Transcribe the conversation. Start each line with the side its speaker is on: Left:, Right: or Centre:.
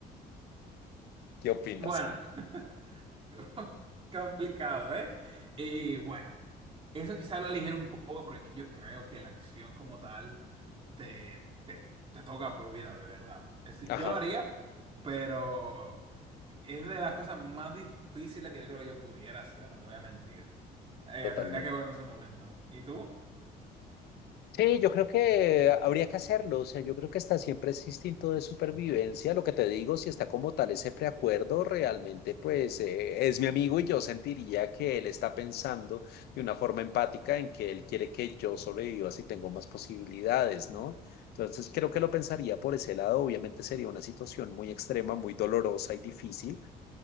Left: ¿Qué opinas?
Right: Bueno, <laughs> complicado, ¿eh? Y bueno, eso quizá lo ligero un poco porque yo creo que la acción como tal te, te, te toca por vida, de verdad. Es decir,
Left: Ajá,
Right: yo lo haría, pero... Es de las cosas más difíciles que yo creo que yo pudiera hacer, no te voy a mentir. Eh,
Left: totalmente.
Right: tendría que volver en ese momento. ¿Y tú?
Left: Sí, yo creo que habría que hacerlo. O sea, yo creo que está siempre ese instinto de supervivencia. Lo que te digo, si está como tal ese preacuerdo, realmente pues eh, es mi amigo y yo sentiría que él está pensando de una forma empática en que él quiere que yo sobreviva si tengo más posibilidades, ¿no? Entonces creo que lo pensaría por ese lado. Obviamente sería una situación muy extrema, muy dolorosa y difícil,